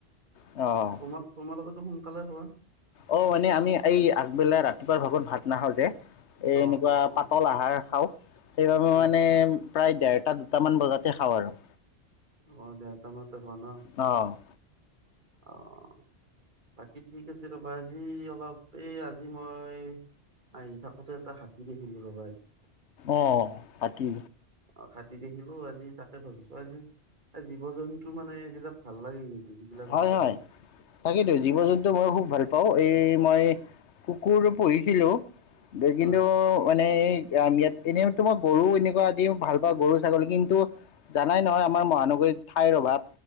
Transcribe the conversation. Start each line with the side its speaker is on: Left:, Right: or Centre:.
Left: অ
Right: তোমাক তোমাৰ লগতো সোনকালে হয়।
Left: অ মানে আমি এই আগবেলা ৰাতিপুৱা ভাগত ভাত নাখাওঁ যে। এ
Right: অ
Left: এনেকুৱা
Right: অ অ
Left: পাতল আহাৰ খাওঁ সেইবাবে
Right: অ
Left: মানে। প্ৰায় ডেৰটা দুটামান বজাতে খাওঁ আৰু
Right: অ দেহতা মই ত খোৱা ন
Left: অ-
Right: অ- বাকী ঠিক আছে ৰবা আজি অলপ এই আজি মই। আহি থাকোতে এটা হাতী, দেখিলো ৰ'বা আজি
Left: অ হাতী,
Right: অ হাতী দেখিলো আজি তাকে ভাবিছো আজি। এই জীৱ জন্তু মানে এইবিলাক ভাল লাগে জন্তু যি যিবিলাক
Left: হয়
Right: জীৱ
Left: হয়। তাকেইেতো জীৱ -জন্তু মই খুব ভাল পাওঁ এই মই কুকুৰ, পুহিছিলো। দে দেখিলো
Right: হয়
Left: মানে এই ম ইয়াত এনেইতো মই গৰু এ, নেকুৱা দি ভাল পাওঁ গৰু, ছাগলী, কিন্তু- জানাই নহয় আমাৰ মহানগৰীত ঠাইৰ অভাৱ